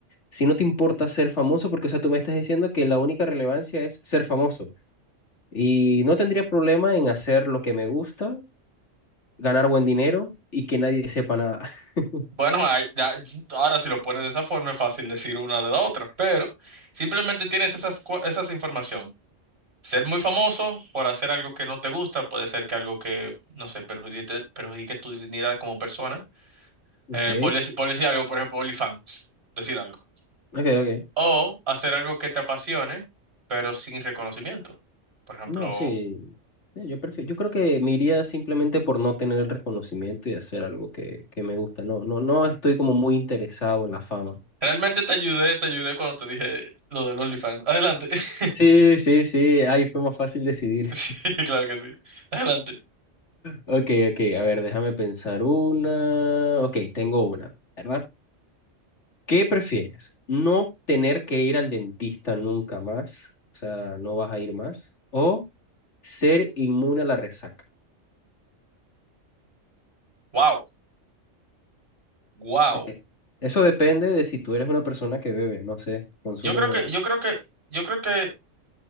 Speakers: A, on the left; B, on the right.
A: si no te importa ser famoso, porque, o sea, tú me estás diciendo que la única relevancia es ser famoso. Y no tendría problema en hacer lo que me gusta, ganar buen dinero y que nadie sepa nada. <laughs>
B: Bueno, ay, ya- ahora si lo pones de esa forma es fácil decir una de la otra, pero simplemente tienes esas, cua- esas información. Ser muy famoso por hacer algo que no te gusta, puede ser que algo que, no sé, perjudique, perjudique tu dignidad como persona.
A: Ok,
B: Eh, por, deci- por decir algo, por ejemplo, OnlyFans, decir algo.
A: ok, ok.
B: O hacer algo que te apasione, pero sin reconocimiento. Por ejemplo,
A: No, sí. Sí, Yo prefi- yo creo que me iría simplemente por no tener el reconocimiento y hacer algo que, que me gusta. No, no, no estoy como muy interesado en la fama.
B: Realmente te ayudé, te ayudé cuando te dije lo del OnlyFans. Adelante. <laughs>
A: Sí, sí, sí, ahí fue más fácil decidir.
B: Sí, claro que sí. Adelante.
A: Ok, ok, a ver, déjame pensar una. Ok, tengo una, ¿verdad? ¿Qué prefieres? ¿No tener que ir al dentista nunca más? O sea, no vas a ir más. ¿O ser inmune a la resaca?
B: Wow, wow.
A: Eh, eh, Eso depende de si tú eres una persona que bebe, no sé, consume.
B: Yo creo que, yo creo que, yo creo que,